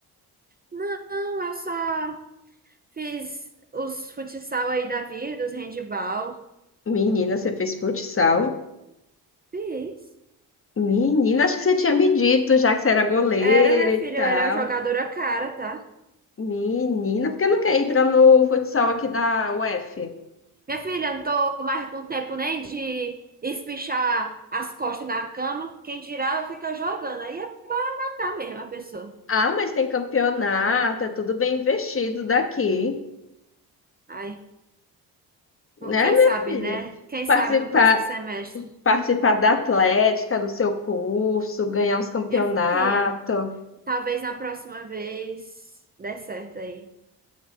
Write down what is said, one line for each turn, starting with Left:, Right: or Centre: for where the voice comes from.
Right: Não, eu só fiz os futsal aí da vida, os handball.
Left: Menina, você fez futsal?
Right: Fiz.
Left: Menina, acho que você tinha me dito já que você era goleira
Right: Era, minha filha,
Left: e tal.
Right: eu era jogadora cara, tá?
Left: Menina, por que nunca entra no futsal aqui da UF?
Right: Minha filha, eu não tô mais com tempo nem de espichar as costas na cama. Quem dirá, fica jogando. Aí é matar mesmo a pessoa.
Left: Ah, mas tem campeonato, é tudo bem investido daqui.
Right: Aí
Left: Né,
Right: Quem
Left: minha
Right: sabe,
Left: filha?
Right: né? Quem
Left: Participar,
Right: sabe no próximo semestre.
Left: participar da atlética, do seu curso, ganhar uns campeonatos.
Right: Minha filha, talvez na próxima vez dê certo aí.